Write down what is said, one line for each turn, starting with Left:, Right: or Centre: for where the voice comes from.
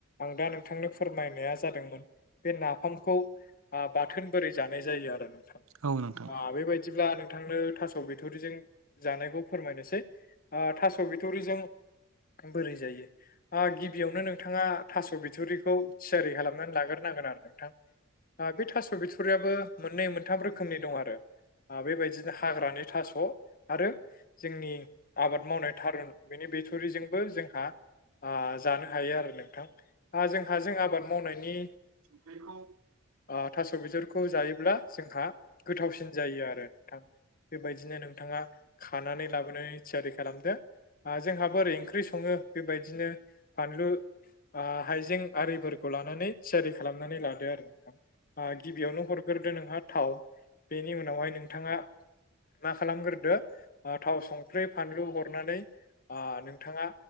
Left: आं दा नोंथांनो फोरमायनाया जादोंमोन बे नाफामखौ ओ बाथोन बोरै जानाय जायो आरो ओ नोंथां
Right: औ नोंथां
Left: ओ बेबायदिब्ला नोंथांनो थास' बिथ'रिजों जानायखौ फोरमायनोसै ओ थास' बिथ'रिजों बोरै जायो ओ गिबियावनो नोंथाङा थास' बिथुरिखौ थियारि खालामनानै लाग्रोनांगोन आरो नोंथां ओ बे थास' बिथुरियाबो मोननै मोनथाम रोखोमनि दं आरो ओ बेबायदिनो हाग्रानि थास' आरो जोंनि आबाद मावनाय थारुन बेनि बिथुरिजोंबो जोंहा आ जानो हायो आरो नोंथां ओ जोंहा जों आबाद मावनायनि
Right: बेखौ
Left: ओ थास' बिथरिखौ जायोब्ला जोंहा गोथावसिन जायो आरो नोंथां बेबायदिनो नोंथाङा खानानै लाबोनानै थियारि खालामदो ओ जोंहा बोरै ओंख्रि सङो बेबायदिनो बानलु ओ हाइजें आरिफोरखौ लानानै थियारि खालामनानै लादो आरो नोंथां ओ गिबियावनो हरग्रोदो नोंथाङा थाव बेनि उनावहाय नोंथाङा मा खालामग्रोदो ओ थाव सं सुंख्रै फानलु हरनानै ओ नोंथाङा